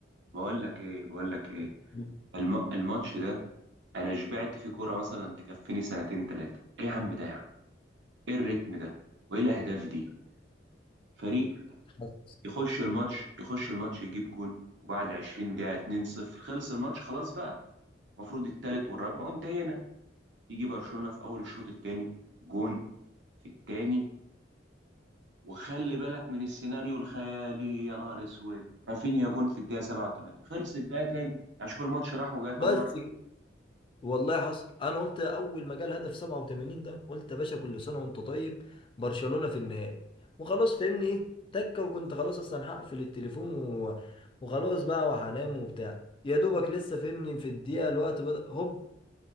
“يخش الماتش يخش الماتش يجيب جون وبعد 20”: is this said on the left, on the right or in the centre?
Right